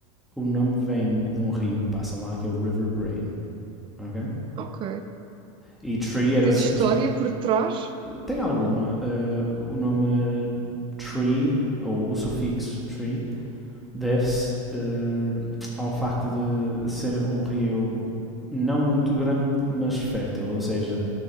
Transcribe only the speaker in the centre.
o nome vem de um rio que passa lá, que é o River Brain. ok?
E Tree era
simplesmente.
Tem alguma? eh, o nome Tree, ou o sufixo Tree, deve-se eh, ao facto de ser um rio não muito grande, mas fértil. Ou seja,